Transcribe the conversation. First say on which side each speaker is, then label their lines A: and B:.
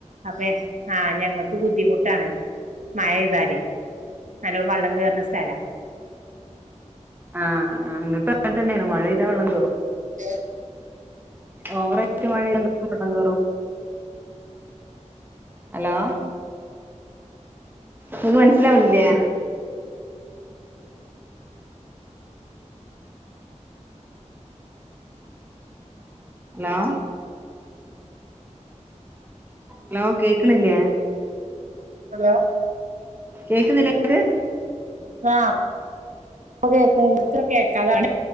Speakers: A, on the right (about 80°); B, on the right (about 15°).
A: അപ്പെ ആ ഞങ്ങ ബുദ്ധിമുട്ടാണ്. മഴെയ്താലെ. നല്ലോം വള്ളം കേറ്ണ സ്ഥല
B: ആഅങ്ങ്ട്ട് അങ്ങൻതന്നേണ് മഴെയ്താ വള്ളം കേറും
A: ഏഹ്
B: ഓവറായ്റ്റ് മഴെയ്തങ്ങകും വള്ളം കേറൊ അലോ ങക് മനസ്സ്ലാവ്ണില്ലെ അലോ അലോ കേക്ക്ണില്ലേ
A: ഹലോ
B: കേക്ക്ന്നില്ലെ ങക്ക്
A: ആ ഇപ്പ കേക്ക്ണ്ണ്ട്. ഇത്ര കേക്കതാവ്ണ്